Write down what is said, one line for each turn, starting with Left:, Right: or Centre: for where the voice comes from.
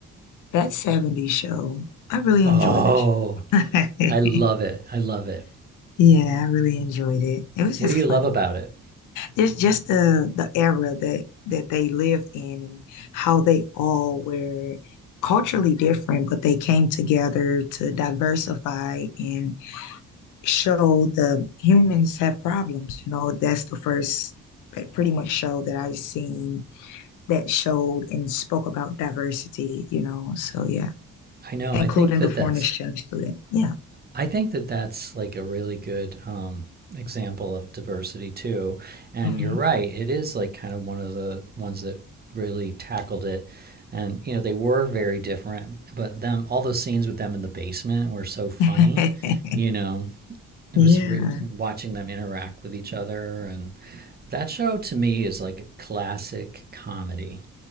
Left: That 70s show, I really
Right: Oh,
Left: enjoyed it.
Right: I love
Left: <laughs>
Right: it. I love it.
Left: Yeah, I really enjoyed it. It was
Right: What
Left: just
Right: do you
Left: fun.
Right: love about it?
Left: Just just the the era that that they lived in and how they all were culturally different, but they came together to diversify and show the humans have problems. You know, that's the first eh, pretty much show that I've seen that showed and spoke about diversity, you know. So yeah,
Right: I know.
Left: including
Right: I think that
Left: the foreign
Right: that's
Left: exchange student. Yeah.
Right: I think that that's like a really good um, example of diversity too. And
Left: hmm
Right: you're right; it is like kind of one of the ones that really tackled it. And you know, they were very different, but them all those scenes with them in the basement were so funny.
Left: <laughs>
Right: You know, it
Left: Yeah.
Right: was re- watching them interact with each other, and that show to me is like a classic comedy.